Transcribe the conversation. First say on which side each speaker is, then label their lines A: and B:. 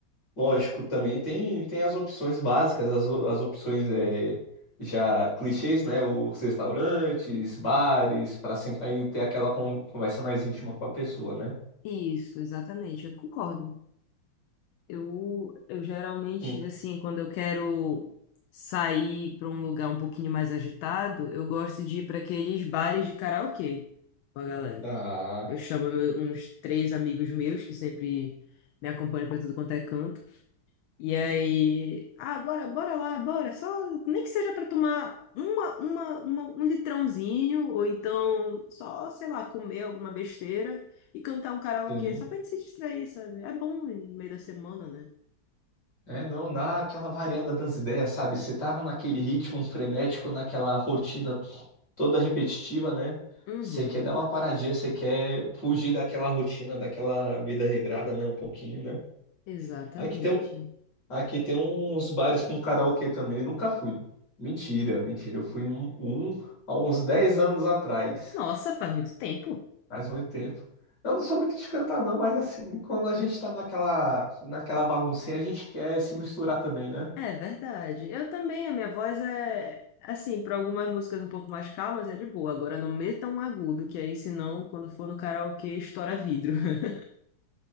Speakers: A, on the left; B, on the left.
A: Lógico, também tem, tem as opções básicas, as, o- as opções é, já clichês, né? Os restaurantes, bares, para sentar e ter aquela con- conversa mais íntima com a pessoa, né?
B: Isso, exatamente. Eu concordo. Eu, eu geralmente,
A: Hum.
B: assim, quando eu quero sair para um lugar um pouquinho mais agitado, eu gosto de ir para aqueles bares de karaokê com a galera.
A: Ah,
B: Eu chamo meu- uns três amigos meus que sempre me acompanham para tudo quanto é canto. E aí, ah, bora, bora lá, bora, só nem que seja para tomar uma, uma, uma- um litrãozinho ou então só, sei lá, comer alguma besteira e cantar um karaokê
A: sim.
B: só pra gente se distrair, sabe? É bom no meio da semana, né?
A: É, não, dá aquela variada das ideias, sabe? Você tá naquele ritmo frenético, naquela rotina toda repetitiva, né?
B: Uhum,
A: Você quer dar uma paradinha, você quer fugir daquela rotina, daquela vida regrada, né? Um pouquinho, né?
B: exatamente.
A: Aqui tem um, Aqui tem uns bares com karaokê também, nunca fui. Mentira, mentira. Eu fui em um, um há uns 10 anos atrás,
B: Nossa, faz muito tempo.
A: faz muito tempo. Eu não sou muito de cantar, não, mas assim, quando a gente tá naquela, naquela baguncinha, a gente quer se misturar também, né?
B: É verdade. Eu também, a minha voz é assim, para algumas músicas um pouco mais calmas é de boa. Agora não meta um agudo, que aí senão quando for no karaokê estoura vidro. <laughs>